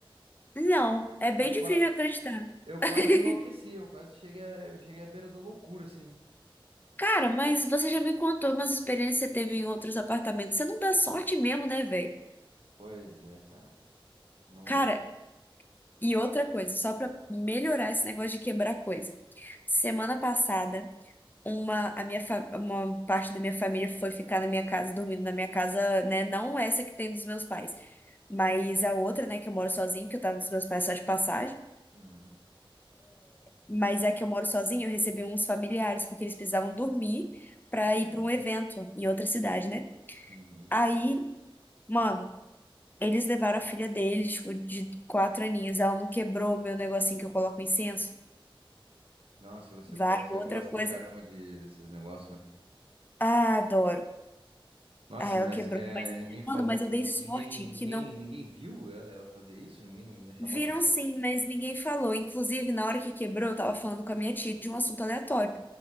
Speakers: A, on the left; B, on the right.
A: Não, é bem
B: Eu, qua-
A: difícil de acreditar.
B: eu quase
A: <laughs>
B: enlouqueci, eu quase cheguei a... eu cheguei à beira da loucura, assim.
A: Cara, mas você já me contou umas experiências que você teve em outros apartamentos. Você não dá sorte mesmo, né, velho?
B: Pois é, cara. Não
A: Cara,
B: dou certo.
A: e outra coisa, só pra melhorar esse negócio de quebrar coisa. Semana passada, uma, a minha fa- uma parte da minha família foi ficar na minha casa, dormindo na minha casa, né? Não essa que tem dos meus pais. Mas a outra, né, que eu moro sozinho, que eu tava dos meus pais só de passagem,
B: Uhum.
A: mas a que eu moro sozinho, eu recebi uns familiares, porque eles precisavam dormir pra ir
B: Uhum.
A: pra um evento em outra cidade, né?
B: Uhum.
A: Aí, mano, eles levaram a filha deles, tipo, de quatro aninhos, ela não quebrou o meu negocinho que eu coloco incenso.
B: Nossa, e você
A: Vai,
B: fala que você
A: outra
B: gosta
A: coisa.
B: pra caramba de- desses negócios, né?
A: Ah, adoro.
B: Nossa,
A: Ah, ela
B: mas
A: quebrou,
B: é,
A: mas,
B: ninguém falou
A: mano, mas
B: com.
A: eu dei sorte
B: Ninguém,
A: que
B: ninguém,
A: não.
B: ninguém viu ela, ela fazer isso? Ninguém chamou
A: Viram
B: atenção?
A: sim, mas ninguém falou. Inclusive, na hora que quebrou, eu tava falando com a minha tia de um assunto aleatório.